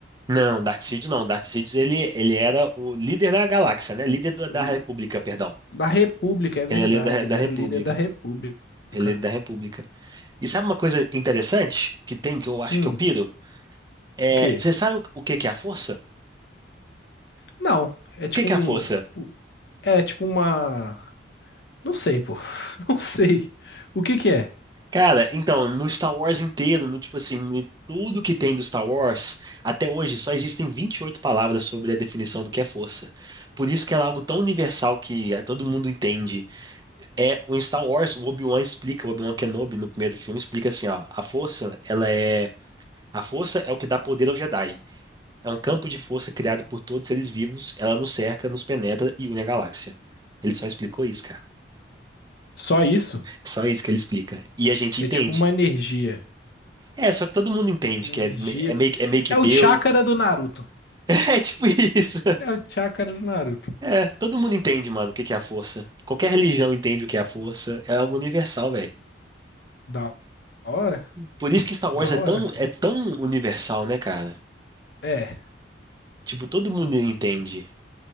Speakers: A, on the right (about 20°); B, on the left (about 60°).
A: Não, Darkseid não. Darkseid ele, ele era o líder da galáxia, né? Líder do- da
B: E-
A: República, perdão.
B: Da República, é verdade.
A: Ele é líder da, da
B: Ele era
A: República.
B: o líder da República.
A: Ele é líder da República. E sabe uma coisa interessante que tem que eu acho
B: Hum,
A: que eu piro? É,
B: o quê?
A: você sabe o, o que que é a força? O
B: Não, é tipo
A: que que
B: um.
A: é a força?
B: É tipo uma. Não sei, pô. <laughs> Não sei. O que que é?
A: Cara, então, no Star Wars inteiro, no tipo assim, em tudo que tem do Star Wars, até hoje só existem 28 palavras sobre a definição do que é força. Por isso que ela é algo tão universal que eh, todo mundo entende É, o Star Wars, o Obi-Wan explica, o Obi-Wan Kenobi no primeiro filme explica assim, ó, a força, ela é, a força é o que dá poder ao Jedi. É um campo de força criado por todos os seres vivos, ela nos cerca, nos penetra e une a galáxia. Ele só explicou isso, cara.
B: Só isso?
A: Só isso que ele explica. E a gente
B: É
A: entende.
B: tipo uma energia.
A: É, só que todo mundo entende
B: Uma
A: que
B: energia.
A: é, me- é meio, que- é meio que
B: É
A: Deus.
B: o chakra do Naruto.
A: <laughs> É tipo isso.
B: É o chakra do Naruto.
A: É, todo mundo entende, mano, o que que é a força. Qualquer religião entende o que é a força. É algo universal, velho.
B: Da hora?
A: Por isso que Star
B: Da
A: Wars é
B: hora,
A: tão,
B: filho.
A: é tão universal, né, cara?
B: É.
A: Tipo, todo mundo entende.